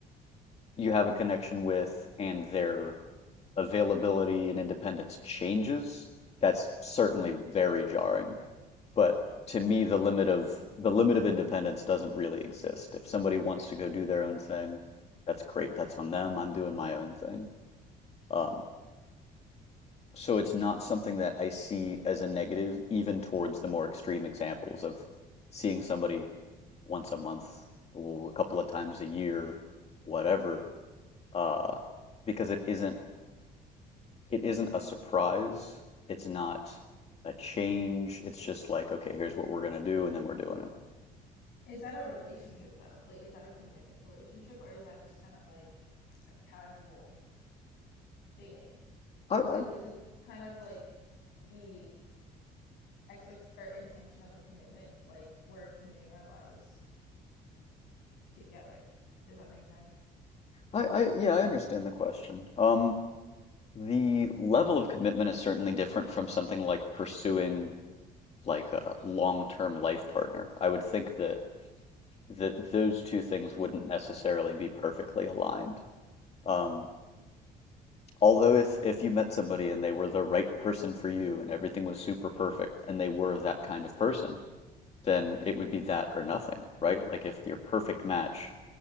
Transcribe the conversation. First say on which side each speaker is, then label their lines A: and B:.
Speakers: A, on the left (about 40°); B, on the left (about 75°).
A: you have a connection with and their availability and independence changes, that's certainly very jarring. But to me, the limit of the limit of independence doesn't really exist. If somebody wants to go do their own thing, that's great. That's on them. I'm doing my own thing. Um, So it's not something that I see as a negative, even towards the more extreme examples of seeing somebody once a month or a couple of times a year, whatever, uh, because it isn't it isn't a surprise. It's not a change. It's just like, okay, here's what we're gonna do, and then we're doing it.
B: Is that a relationship though? Like is that a commitment relationship or is that just kind of like a casual dating?
A: I,
B: Cuz
A: I,
B: like isn't kind of like the expect or intention of a commitment like we're committing our lives together. Does that make sense?
A: I, I yeah, I understand the question. Um, the level of commitment is certainly different from something like pursuing like a long-term life partner. I would think that that those two things wouldn't necessarily be perfectly aligned. Um, although if if you met somebody and they were the right person for you and everything was super perfect and they were that kind of person, then it would be that or nothing, right? Like if your perfect match